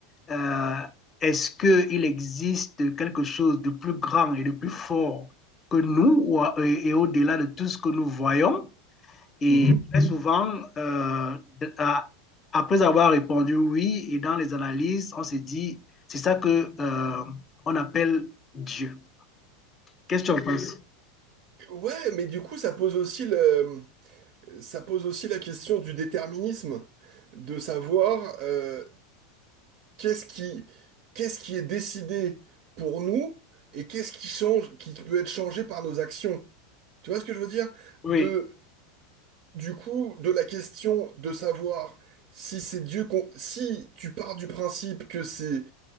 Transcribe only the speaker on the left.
euh, est-ce qu'il existe quelque chose de plus grand et de plus fort que nous ou, et et au-delà de tout ce que nous voyons? Et
très souvent, euh, à- après avoir répondu oui, et dans les analyses, on se dit, c'est ça que euh, on appelle Dieu. Qu'est-ce que tu en penses?
Oui,